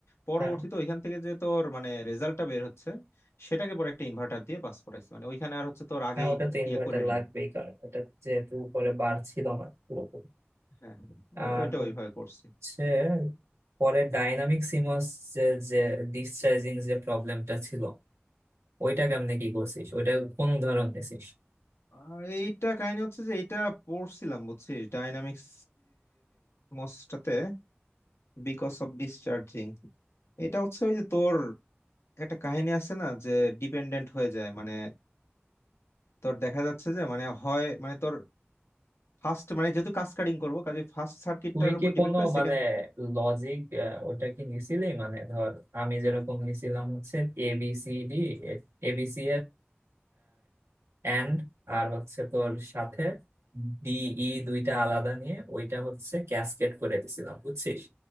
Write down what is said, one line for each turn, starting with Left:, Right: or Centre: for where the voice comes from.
Left: পরবর্তীতে
Right: হ্যাঁ
Left: ওইখান থেকে যে তোর মানে রেজাল্টটা বের হচ্ছে সেটাকে পরে একটা ইনভার্টার দিয়ে পাস করাইছি মানে ওইখানে আর হচ্ছে তোর আগেই
Right: হ্যাঁ ওটা তো ইনভার্টার
Left: ইয়ে করে নিন
Right: লাগবেই কারণ ওটা যেহেতু উপরে বার ছিল না পুরোপুরি
Left: হ্যাঁ হ্যাঁ,
Right: আর
Left: ওই ওইটা ওইভাবে করছি
Right: হচ্ছে পরে ডাইনামিক সিমস যে যে ডিসচার্জিং যে প্রবলেমটা ছিল ওইটা কেমনে কি করছিস ওইটা কোন উদাহরণ নিছিস
Left: আহ, এইটা কাহিনী হচ্ছে যে এইটা পড়ছিলাম বুঝছিস ডাইনামিক্স মসটাতে বিকজ অফ ডিসচার্জিং এটা হচ্ছে ওই যে তোর একটা কাহিনী আছে না যে ডিপেন্ডেন্ট হয়ে যায় মানে তোর দেখা যাচ্ছে যে মানে হয় মানে তোর ফার্স্ট মানে যেহেতু কাসকাডিং করব কাজে ফার্স্ট সার্কিটটার
Right: তুই কি
Left: উপর ডিপেন্ড
Right: কোনো
Left: করে সেকেন্ড
Right: মানে লজিক ওটা কি নিছিলি মানে ধর আমি যেরকম নিছিলাম হচ্ছে এবিসিডি এবিসি অ্যান্ড আর হচ্ছে তোর সাথে ডিই দুইটা আলাদা নিয়ে ওইটা হচ্ছে ক্যাসকেড করে দিছিলাম বুঝছিস